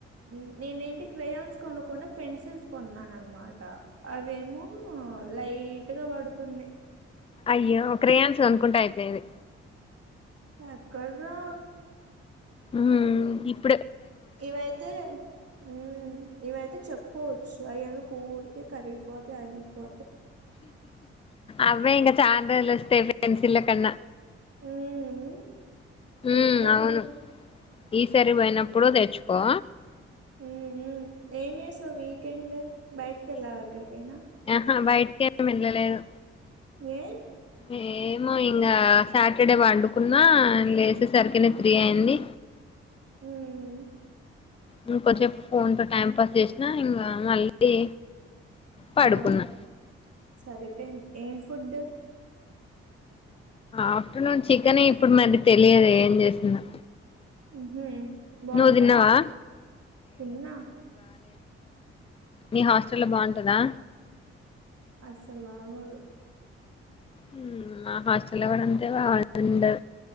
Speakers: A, on the right; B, on the left.
A: న్ నేన్నేంటి క్రయాన్స్ కొనకుండా పెన్సిల్స్ కొన్నాను అనమాట అవేమో లైట్గా పడుతున్నాయి
B: అయ్యో క్రాయన్స్ గనుకుంటే అయైపోయేది
A: ఎక్కడ్రా
B: హ్మ్ ఇప్
A: ఇవైతే మ్మ్ ఇవైతే చోప్ కూర్చో అది ఎందుకు ఊరికే కరిగిపోతే అరిగిపో
B: అవే ఇంకా చాన్ రోజుల్ వస్తాయ్ యే పెన్సిల కన్న
A: హ్మ్. చూద్దాము.
B: మ్ అవును ఈసారి పోయినప్పుడు తెచ్చుకో
A: హ్మ్ హ్మ్ ఏం చేస్తావ్ వీకెండ్ బయట్కెళ్ళావా ఎక్కడికైనా
B: హా బైట్కేం వెళ్ళలేదు
A: ఏ
B: ఏమో ఇంకా సాటర్డే వండుకున్నా లేసే సరికినే త్రీ అయింది
A: హ్మ్.
B: ఇంకోద్సేపు ఫోన్ తో టైం పాస్ చేసినా ఇంకా మళ్ళీ పడుకున్నా
A: ఆ సరిపోయింది ఏం ఫుడు
B: ఆఫ్టర్నూన్ చికెన్ ఇప్పుడు మరి తెలియదు ఏం జేసిందా
A: ఉహు బాగుందా
B: నువ్వు తిన్నావా
A: తిన్నా
B: నీ హాస్టల్ లో బాగుంటదా
A: అసల్ బాగోదు
B: హ్మ్ మా హోస్టల్ కూడా అంతే బాగుండదు